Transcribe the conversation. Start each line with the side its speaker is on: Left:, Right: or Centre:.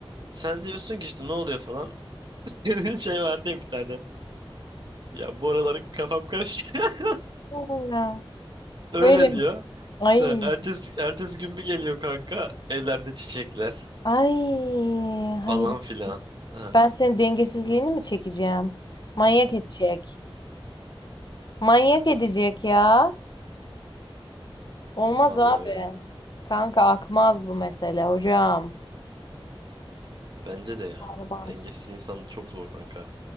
Right: Sen diyorsun ki işte ne oluyor falan. <laughs> Dediğin şey vardı ya bir tane. Ya bu aralar kafam karışık. <laughs>
Left: Vallahi.
Right: Öyle
Left: Böyle
Right: diyor.
Left: mi? Ay.
Right: Ha, Ertesi, ertesi gün bir geliyor kanka. Ellerde çiçekler
Left: Ay.
Right: falan
Left: Hayır.
Right: filan. Ha,
Left: Ben senin dengesizliğini mi çekeceğim? Manyak edecek. Manyak edecek ya. Olmaz
Right: vallahi
Left: abi.
Right: öyle.
Left: Kanka akmaz bu mesele hocam.
Right: Bence de ya.
Left: Akmaz.
Right: Dengesiz insan çok zor kanka.